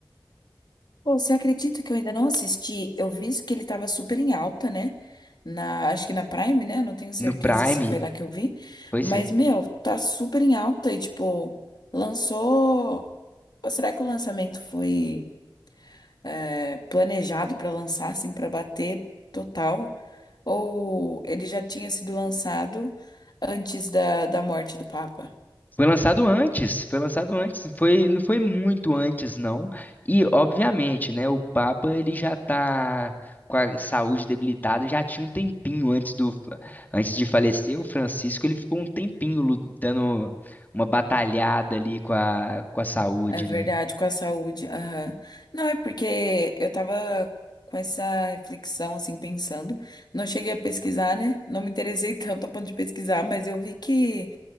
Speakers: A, on the left; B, on the left.
A: Pô, você acredita que eu ainda não assisti? Eu vi que ele tava super em alta, né? Na, acho que na Prime, né? Não tenho certeza
B: no Prime?
A: se foi lá que eu vi.
B: Foi
A: Mas,
B: sim.
A: meu, tá super em alta e, tipo, lançou. Ou Será que o lançamento foi é, planejado pra lançar, assim, pra bater total? Ou ele já tinha sido lançado antes da, da morte do Papa?
B: Foi lançado antes, foi lançado antes, foi, não foi muito antes, não. E, obviamente, né, o Papa, ele já tá com a saúde debilitada, já tinha um tempinho antes do, antes de falecer, o Francisco, ele ficou um tempinho lu- dando uma batalhada ali com a, com a saúde,
A: É verdade,
B: né?
A: com a saúde. Aham. Não, é porque eu tava com essa reflexão, assim, pensando. Não cheguei a pesquisar, né? Não me interessei <laughs> tanto a ponto de pesquisar, mas eu vi que,